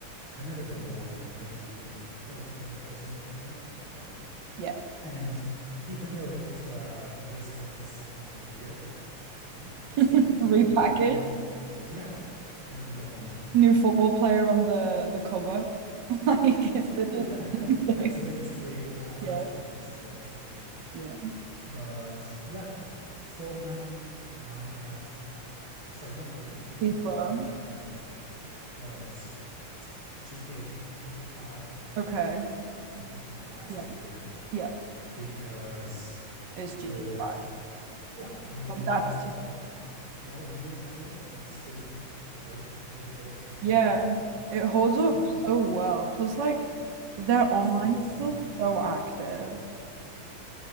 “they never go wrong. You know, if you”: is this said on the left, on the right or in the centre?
Right